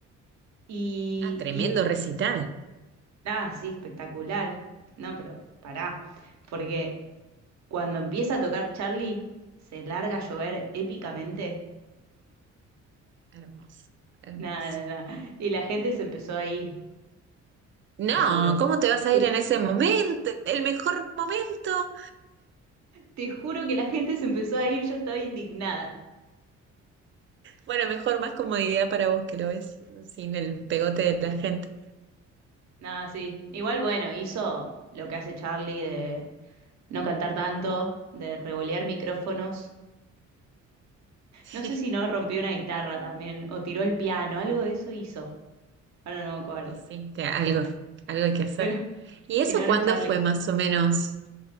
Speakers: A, on the right; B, on the right.
A: Y,
B: Ah, tremendo
A: y
B: recital.
A: nada, sí, espectacular. No, pero pará, porque cuando empieza a tocar Charlie, se larga a llover épicamente. <laughs>
B: Hermoso, hermoso.
A: Nada, nada, nada. Y la gente se empezó a ir,
B: No,
A: te juro.
B: ¿cómo te vas a
A: Te,
B: ir en ese momento? El mejor momento.
A: te juro que la gente se empezó a ir, yo estaba indignada.
B: Bueno, mejor más comodidad para vos que lo ves sin el pegote de la gente.
A: Nada, sí. Igual, bueno, hizo lo que hace Charlie de no cantar tanto, de revolear micrófonos.
B: <laughs>
A: No sé si no rompió una guitarra también, o tiró el piano, algo de eso hizo. Ahora no me acuerdo.
B: Hiciste algo, algo hay que hacer.
A: Pero <laughs>
B: ¿Y
A: si
B: eso
A: no, no
B: cuándo
A: es Charlie.
B: fue más o menos?